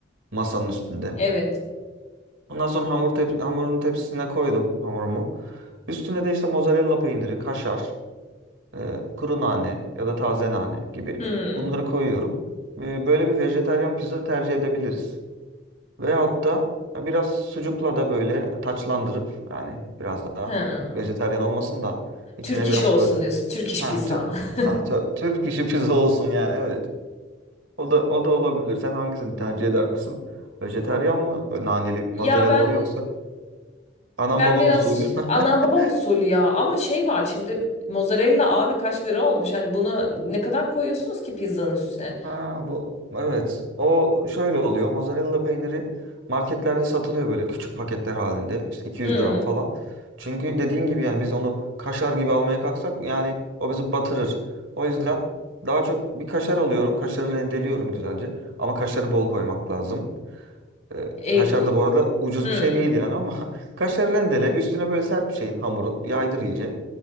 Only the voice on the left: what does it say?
evet.
Hmm,
hı.
Türk
iş olsun
diyorsun. Türk iş
pizza.
<laughs>
Ya
ben
ben
biraz
ana
babam usulü ya ama şey var şimdi mozzarella abi kaç lira olmuş? Hani buna ne kadar koyuyorsunuz ki pizzanın üstüne?
Hmm.
E,
e,
hmm.